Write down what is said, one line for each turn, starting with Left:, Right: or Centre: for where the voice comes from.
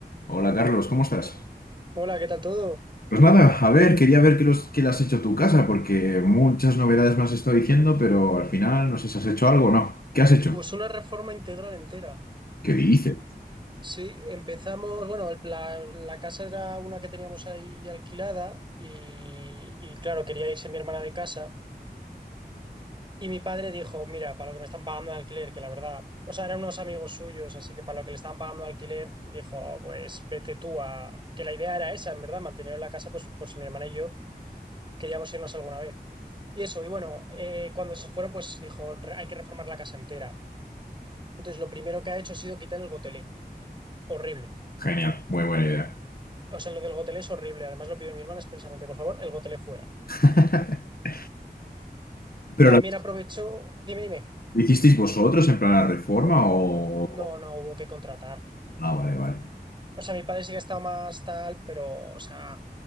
Left: Hola Carlos, ¿cómo estás?
Right: Hola, ¿qué tal todo?
Left: Pues nada, a ver, quería ver qué, los, qué le has hecho a tu casa, porque muchas novedades me has estado diciendo, pero al final no sé si has hecho algo o no. ¿Qué has hecho?
Right: Pues una reforma integral entera.
Left: ¿Qué dice?
Right: Sí, empezamos, bueno, el- la, la casa era una que teníamos ahí alquilada y, y, claro, quería irse mi hermana de casa y mi padre dijo, mira, para lo que me están pagando de alquiler, que la verdad, o sea, eran unos amigos suyos, así que para lo que le estaban pagando de alquiler, dijo, pues vete tú a... que la idea era esa, en verdad, mantener la casa, pues por si mi hermana y yo queríamos irnos alguna vez. Y eso, y bueno, eh, cuando se fueron, pues dijo, "Re- hay que reformar la casa entera. Entonces, lo primero que ha hecho ha sido quitar el gotelé. Horrible.
Left: Genial, muy buena idea.
Right: O sea, lo del gotelé es horrible. Además, lo pidió mi hermana expresamente. Por favor, el gotelé fuera.
Left: <laughs> ¿Pero
Right: También
Left: la,
Right: aprovechó. Dime, dime.
Left: ¿lo hicisteis vosotros en plan la reforma o...?
Right: No, no hubo que contratar.
Left: Ah, vale, vale.
Right: O sea, mi padre sí que ha estado más tal, pero, o sea, ha